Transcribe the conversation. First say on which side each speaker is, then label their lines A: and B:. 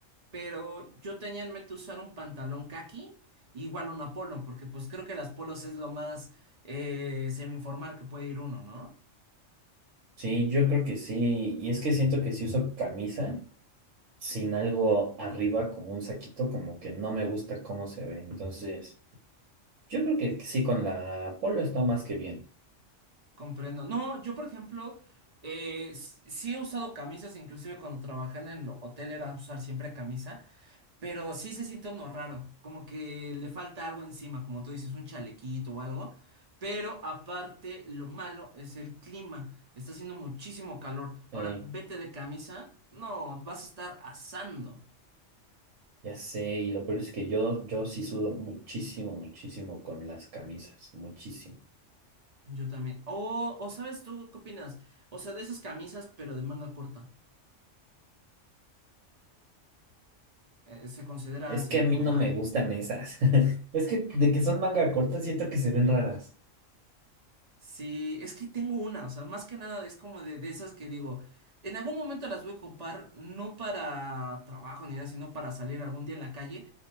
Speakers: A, on the right; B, on the right.
A: Pero yo tenía en mente usar un pantalón kaki, igual un polo, porque pues creo que las polos es lo más eh, semi-informal que puede ir uno, ¿no?
B: Sí, yo creo que sí. Y es que siento que si uso camisa sin algo arriba, como un saquito, como que no me gusta cómo se ve. Entonces, yo creo que sí con la polo está más que bien.
A: Comprendo. No, yo por ejemplo, eh, s- sí he usado camisas, inclusive cuando trabajé en el hotel era usar siempre camisa, Pero sí se siente uno raro, como que le falta algo encima, como tú dices, un chalequito o algo. Pero aparte, lo malo es el clima. Está haciendo muchísimo calor. Ahora,
B: Sí,
A: vete de camisa. No, vas a estar asando.
B: ya sé. Y lo peor es que yo, yo sí sudo muchísimo, muchísimo con las camisas. Muchísimo.
A: Yo también. O, o ¿sabes tú qué opinas? O sea, de esas camisas, pero de manga corta. Eh, ¿se considera
B: Es
A: semiformal?
B: que a mí no me gustan esas. <laughs> Es que de que son manga corta siento que se ven raras.
A: Sí, es que tengo una, o sea, más que nada es como de, de esas que digo, en algún momento las voy a ocupar, no para trabajo ni nada, sino para salir algún día en la calle